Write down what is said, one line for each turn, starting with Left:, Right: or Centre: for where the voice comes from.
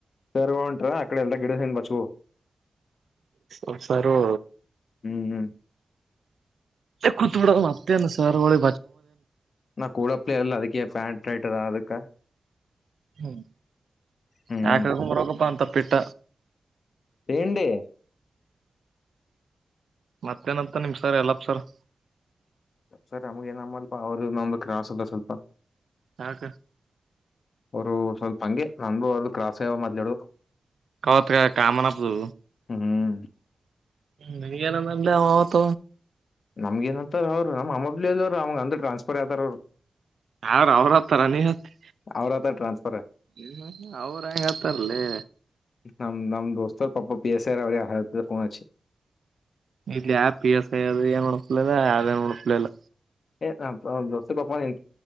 Left: ತರ್ ಉಂಟ್ರ ಅಕಡೆ ಎಲ್ಲ ಗಿಡ ಹನ್ ಬಚವು.
Right: ಉಪ್ಸಾರು.
Left: ಹ್ಮ್ ಹ್ಮ್
Right: ಕುತ್ ಬಿಡ ಮತ್ತೇನು ಸರ್ ಒಳ್.
Left: ನಾ ಕೂಡ ಪಲಲ್ಲ ಅದಕ್ಕೆ ಪ್ಯಾಂ ಟೈಟದ ಅದಕ್ಕ.
Right: ಹ್ಮ
Left: ಹ್ಮ್
Right: ಯಾಕರೋಗಪ್ಪ ಅಂತ ಪಿಟ್ಟ.
Left: ವೇಂಡಿ.
Right: ಮತ್ತೇನಂತ ನಿಮ್ ಸರ್ ಯಲ್ಲಪ್ ಸರ್.
Left: ಸರ್ ನಮಗ ಎಮ್ಮನಲ್ಪ ಅವರು ನಮ್ದ ಕ್ರಾಸ್ ಅದ ಸ್ವಲ್ಪ.
Right: ಯಾಕ
Left: ಅವರು ಸ್ವಲ್ಪ ಹಂಗೆ ನಮ್ದು ಅವ್ರದು ಕ್ರಾಸ್ ಆಯವ ಮೊದ್ಲಡುಕು.
Right: ಕವತ್ ಕ ಕಾಮನಪ್ಪದು.
Left: ಹ್ಮ್
Right: ಹ್ಮ ನಿನೆಗೇನಲ್ಲ ಆವತ್ತ.
Left: ನಮ್ಗ ಏನಂತಾರ ಅವ್ರು ನಮ್ಮ್ಮಬ್ಲಿಲ್ ಅವರು ಅಮ್ ಟ್ರನ್ಸ್ಫರ್ ಯಾದಾರ ಅವ್ರು.
Right: ಅವ್ರ ಅವ್ರ ಹತಾರ ನೀ ಹತ್ತಿ.
Left: ಅವ್ರ ಆತ ಟ್ರಾನ್ಸ್ಫರ್
Right: ಹ್ಮ ಅವ್ರೆ ಹೆಳ್ತರಲೆ.
Left: ನಮ್ ನಮ್ಮ್ ದೋಸ್ತ ಪಾಪ ಪಿ ಎಸ್ ರ್ ಅತ್ತ ಫೋನ್ ಅಚ್ಚಿ.
Right: ಇಲ್ಲಿ ಯ ಪಿ ಎಸ್ ಐ ಅದು ಏನ್ ನಡಿಸಸ್ಲಿಲ್ಲ ಅದಏನ್ ನೋಡಸ್ಲಿಲ್ಲ.
Left: ಏಪಾಪ ದೋಸ್ತ್ ಪಾಪ <unintelligible> ನ್